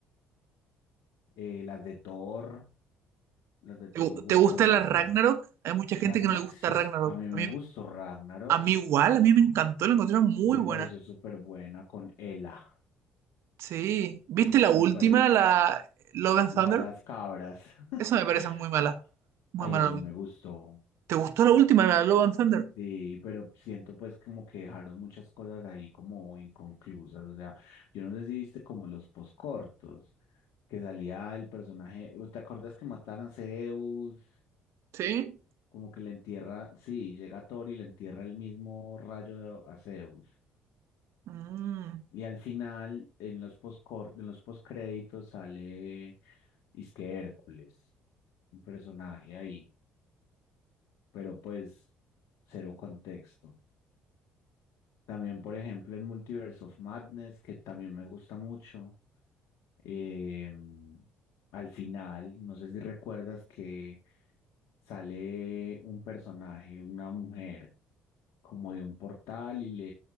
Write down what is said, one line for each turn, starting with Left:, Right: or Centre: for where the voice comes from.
Left: eh, las de Thor, las de Thor
Right: ¿Te, gu-
Left: me gustan
Right: te gusta
Left: bastante.
Right: la Ragnarok? Hay mucha gente
Left: Ragnar,
Right: que no le gusta
Left: sí,
Right: Ragnarok.
Left: a mí me
Right: A mí,
Left: gustó Ragnarok,
Right: a mí igual, a mí me encantó, la encontré muy
Left: me
Right: buena.
Left: pareció súper buena con Ela,
Right: Sí. ¿Viste la
Left: me
Right: última,
Left: pare...
Right: la Love and
Left: la
Right: Thunder?
Left: de las cabras. <laughs>
Right: Esa me parece muy mala. Muy
Left: Ay,
Right: mala
Left: a
Right: la
Left: mí
Right: última.
Left: me gustó.
Right: ¿Te gustó la última, la Love and Thunder?
Left: Sí, pero siento pues como que dejaron muchas cosas ahí como inconclusas. O sea, yo no sé si viste como los poscortos, que salía el personaje, ¿te acuerdas que mataron a Zeus?
Right: ¿Sí?
Left: Como que le entierra, sí, llega Thor y le entierra el mismo rayo a Zeus.
Right: Mm,
Left: Y al final, en los post en los postcréditos sale que Hércules, un personaje ahí, pero pues cero contexto. También, por ejemplo, en Multiverse of Madness, que también me gusta mucho, Eh, al final, no sé si recuerdas que sale un personaje, una mujer, como de un portal y le